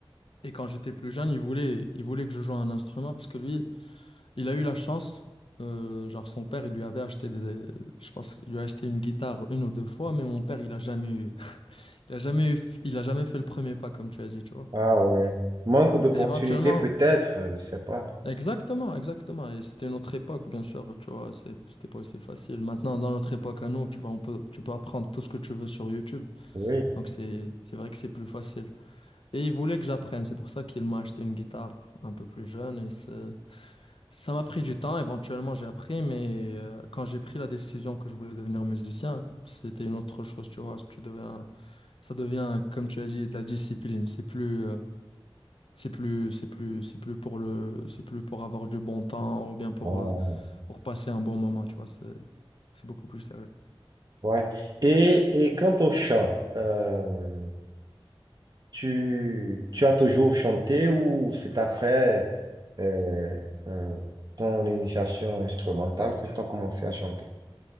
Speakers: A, on the left; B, on the right.
A: Et quand j'étais plus jeune, il voulait, il voulait que je joue un instrument parce que lui, il a eu la chance, euh, genre son père, il lui avait acheté des, je pense qu'il lui a acheté une guitare une ou deux fois, mais mon père, il a jamais eu, il a jamais eu, il a jamais fait le premier pas, comme tu as dit, tu vois.
B: Ah ouais. Manque d'opportunités
A: Et éventuellement,
B: peut-être, je sais pas.
A: Exactement, exactement. Et c'était une autre époque, bien sûr, tu vois, c'est- c'était pas aussi facile. Maintenant, dans notre époque à nous, tu vois, on peut, tu peux apprendre tout ce que tu veux sur YouTube.
B: Oui.
A: Donc, c'est, c'est vrai que c'est plus facile. Et il voulait que j'apprenne, c'est pour ça qu'il m'a acheté une guitare un peu plus jeune. Et c'est- ça m'a pris du temps, éventuellement j'ai appris, mais euh, quand j'ai pris la décision que je voulais devenir musicien, c'était une autre chose, tu vois. Tu deviens, ça devient, comme tu as dit, de la discipline. C'est plus, euh, c'est plus, c'est plus, c'est plus pour le, c'est plus pour avoir du bon temps ou bien pour.
B: Ouais.
A: euh, pour passer un bon moment, tu vois, c'est c'est beaucoup plus sérieux.
B: Ouais. Et, et quant au chant, euh, tu, tu as toujours chanté ou c'est après euh, euh, ton initiation instrumentale que tu as commencé à chanter?